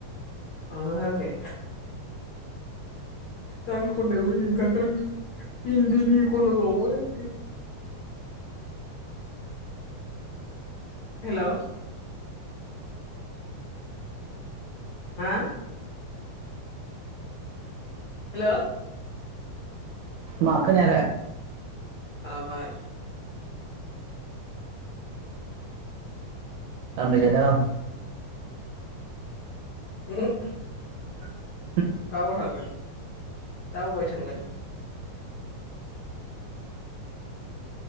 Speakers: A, on the left (about 80°); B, on the right (about 80°).
A: मानो हायाखै गान खननायावबो मिनिनो ओंखारदों आंङो इन्दिनि खनबावो आरोखि हेलौ हा हेलौ
B: मा खोनायाखै
A: आबाय
B: आं बेजाय दं
A: <unintelligible>
B: <unintelligible>
A: टावआव थांगोन दा अबाय थांगोन